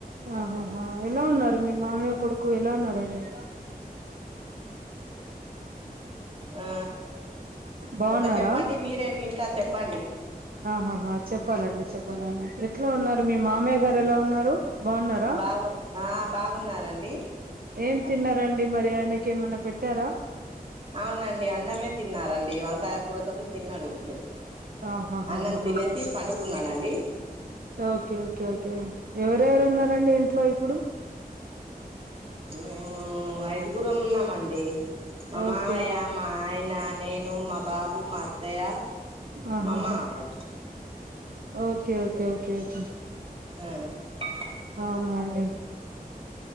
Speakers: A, on the right; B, on the right.
A: ఆహాహా ఎలా ఉన్నారు మీ మామయ్య కొడుకు ఎలా ఉన్నారండి
B: ఆ
A: బాగున్నారా
B: ఇంకా చెప్పండి మీరే వింటా చెప్పండి
A: ఆహాహా చెప్పాలండి చెప్పాలండి ఎట్లా ఉన్నారు మీ మామయ్య గారు ఎలా ఉన్నారు బాగున్నారా
B: బాగు ఆ బాగున్నారండి
A: ఏం తిన్నారండి మరి ఆయనకి ఏమన్నా పెట్టారా
B: అవునండి అన్నమే తిన్నారండి వంకాయ కూర తోటి తిన్నాడు ఇప్పుడే
A: ఆహాహాహాహా
B: అన్నం తినేసి పండుకున్నాడండి
A: ఓకే ఓకే ఓకే ఎవరెవరు ఉన్నారండి ఇంట్లో ఇప్పుడు
B: మేము ఐదుగురం ఉన్నామండి మా మావయ్య
A: ఓకే ఓకే
B: మాయనా నేేను మా బాబు మా అత్తయ్య
A: ఆహా
B: మా మామయ్య
A: ఓకే ఓకే ఓకే ఓకే
B: ఉమ్
A: అవునాండి